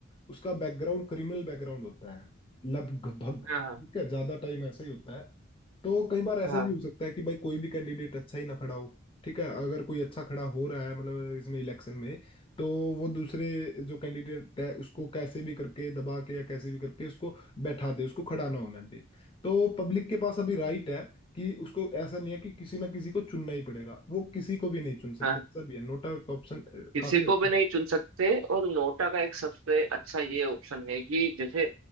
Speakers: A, on the left (about 25°); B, on the right (about 80°).
A: उसका बैकग्राउंड क्रिमिनल बैकग्राउंड होता है लगभग ठीक
B: हाँ हाँ
A: है ज्यादा टाइम ऐसा ही होता है तो कई बार ऐसा
B: हाँ
A: भी हो सकता है कि भाई कोई भी कैंडिडेट अच्छा ही ना खड़ा हो ठीक है अगर कोई अच्छा खड़ा हो रहा है मतलब इसमें इलेक्शन में तो वो दूसरे जो कैंडिडेट है उसको कैसे भी करके दबा के या कैसे भी करके उसको बैठा दे उसको खड़ा ना होने दे तो पब्लिक के पास अभी राइट है कि उसको ऐसा नहीं है कि किसी ना किसी को चुनना ही पड़ेगा वो किसी को भी नहीं चुन सकते
B: हाँ
A: ऐसा भी है नोटा का ऑप्शन
B: किसी
A: काफी
B: को
A: अच्छा
B: भी नहीं
A: है
B: चुन सकते और नोटा का एक सबसे अच्छा ये ऑप्शन है कि जैसे